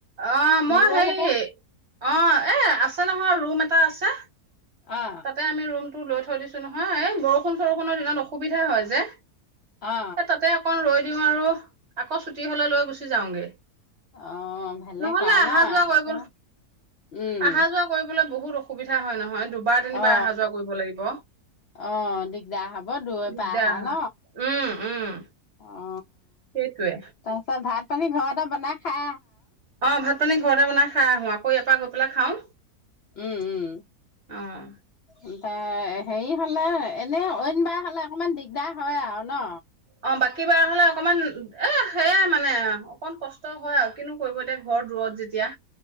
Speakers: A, on the right; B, on the left.
A: অ মই
B: নিবলৈকে
A: হে অ এ আছে নহয় ৰুম এটা আছে।
B: অ
A: তাতে আমি ৰুম লৈ থৈ দিছো নহয় এই বৰষুণ চৰষুণৰ দিনত অসুবিধা হয় যে।
B: অ
A: এ তাতে অকন ৰৈ দিওঁ আৰু আকৌ ছুটি হলে লৈ গুচি যাওঁগে।
B: অ ভালে
A: নহ'লে
B: ক
A: অহা
B: ন
A: যোৱা কৰিব
B: আকৌ উম
A: অহা যোৱা কৰিবলৈ বহুত অসুবিধা হয় নহয় দুবাৰ তিনিবাৰ
B: অ
A: অহা যোৱা কৰিব লাগিব,
B: অ দিগদাৰ হব দূৰৈৰ
A: দিগদাৰ
B: পৰা আহা
A: হয়,
B: ন
A: উম উম
B: অ
A: সেইটোৱে।
B: তাৰপিছত ভাত তনী ঘৰ এটা বনাই খা
A: অৱ ভাত পানী ঘৰতে বনাই খাই আহো আকৌ ইয়াৰ পৰা গ লা খাওঁ
B: উম
A: অ',
B: উম এ হেৰি হলে এনেই অইনবাৰ হলে অকমান দিগদাৰ হয় আৰু ন
A: অ', বাকী বাৰ হলে অকমান এ সেয়াই মানে অকমান কষ্ট হয় আৰু কিনো কৰিব এতিয়া ঘৰ দূৰত যেতিয়া